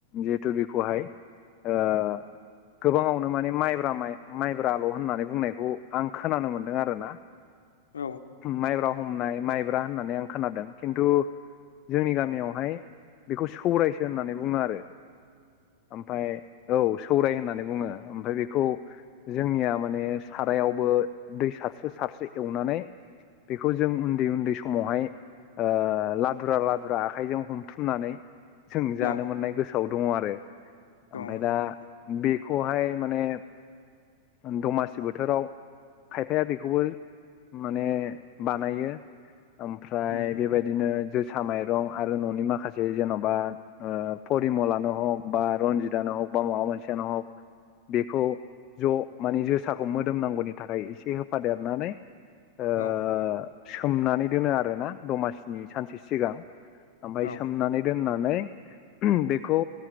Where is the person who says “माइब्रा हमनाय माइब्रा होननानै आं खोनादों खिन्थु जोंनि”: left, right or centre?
Left